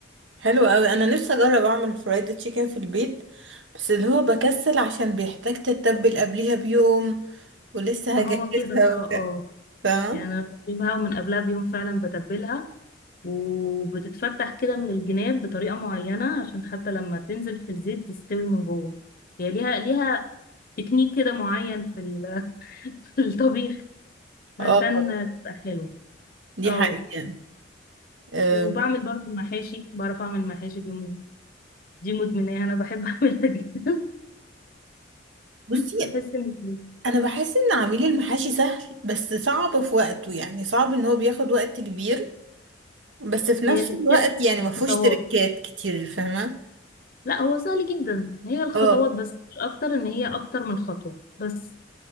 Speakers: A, on the right (about 75°); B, on the left (about 50°).
A: حلو قوي انا نفسي اجرب اعمل فرايد تشيكن في البيت بس اللي هو بكسل عشان بيحتاج تتبل قبليها بيوم ولسه
B: ما
A: هجهزها
B: هو كده بقى اه
A: وبتاع فاهمة
B: يعني أنا بجيبها من قبلها بيوم فعلا بتبلها وبتتفتح كده من الجناب بطريقة معينة عشان حتى لما تنزل في الزيت تستوي من جوه هي ليها ليها تكنيك كده معين في ال- <laughs> في الطبيخ
A: اه
B: عشان تبقى حلوة
A: دي
B: اه
A: حقيقة أم،
B: وبعمل برضو المحاشي بعرف اعمل المحاشي دي م- دي مدمناها انا بحب <laughs> اعملها جدا
A: بصي
B: بحس ان
A: انا بحس ان عميل المحاشي سهل بس صعب في وقته يعني صعب ان هو بياخد وقت كبير بس في نفس
B: هي الستبس
A: الوقت يعني
B: الخطوات
A: ما فيهوش تركات كتير فاهمة
B: لا هو سهل جدا هي الخطوات
A: اه
B: بس مش اكتر ان هي اكتر من خطوة بس